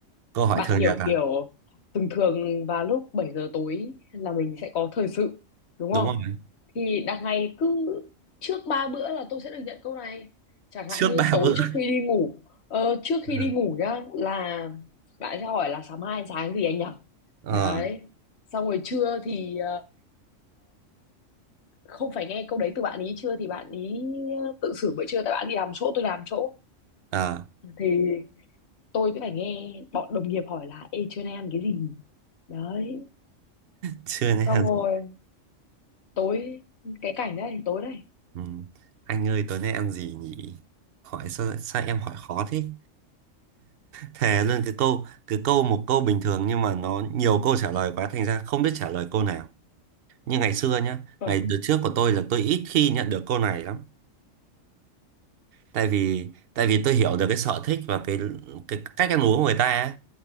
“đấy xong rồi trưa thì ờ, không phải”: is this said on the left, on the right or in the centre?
Left